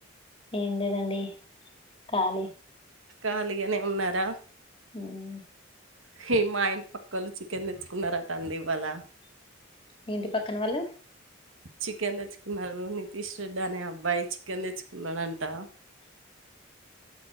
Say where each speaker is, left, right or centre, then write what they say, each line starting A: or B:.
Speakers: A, on the left (about 25°); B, on the right (about 75°).
A: ఏం లేదండి ఖాళీ
B: ఖాళీగనే ఉన్నారా
A: హ్మా
B: హే మా ఇంటి పక్కోళ్ళు చికెన్ దెచ్చుకున్నరటా అండి ఇవ్వాళా.
A: మీ ఇంటి పక్కన వాళ్ళు
B: చికెన్ దెచ్చుకున్నారు నితీష్ రెడ్డి అనే అబ్బాయి చికెన్ తెచ్చుకున్నాడు అంటా.